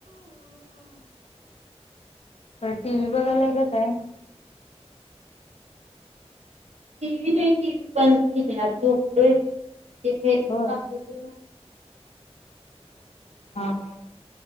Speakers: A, on the left; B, on the right.
A: प टीव्ही बघालाय का काय?
B: टीव्ही नाही टीव्ही बंद किल्या झोपलाय <unintelligible> ते बाहेरच्या
A: होय
B: काकूच
A: हा हा.